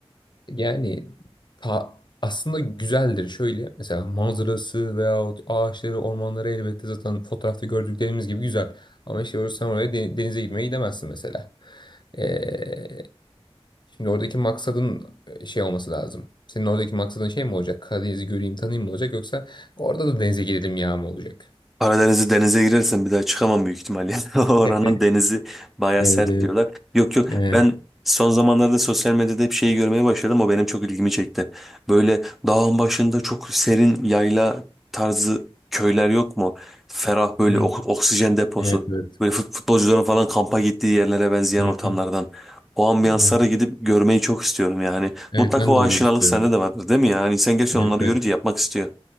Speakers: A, on the left (about 45°); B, in the centre.
A: Yani ta- aslında güzeldir. Şöyle mesela manzarası veyahut ağaçları, ormanları elbette zaten fotoğrafta gördüklerimiz gibi güzel. Ama işte orası sen oraya de- denize girmeye gidemezsin mesela. Ee, Şimdi oradaki maksadın e, şey olması lazım. Senin oradaki maksadın şey mi olacak? Karadeniz'i göreyim, tanıyayım mı olacak? Yoksa orada da denize girelim ya mı olacak?
B: Karadeniz'i denize girersem bir daha çıkamam büyük ihtimalle. <laughs> Oranın
A: <laughs>
B: denizi baya
A: Evet,
B: sert
A: evet,
B: diyorlar. Yok yok
A: evet.
B: ben son zamanlarda sosyal medyada hep şeyi görmeye başladım. O benim çok ilgimi çekti. Böyle dağın başında çok serin yayla tarzı köyler yok mu? Ferah böyle
A: Hı
B: ok-
A: hı.
B: oksijen deposu.
A: Evet, evet.
B: Böyle fut- futbolcuların falan kampa gittiği yerlere benzeyen
A: Hı
B: ortamlardan.
A: hı.
B: O ambiyanslara
A: Evet,
B: gidip görmeyi çok istiyorum yani.
A: evet,
B: Mutlaka
A: ben
B: o
A: de onu
B: aşinalık
A: istiyorum.
B: sende de vardır değil mi ya? Yani insan gerçekten
A: Evet,
B: onları
A: evet.
B: görünce yapmak istiyor.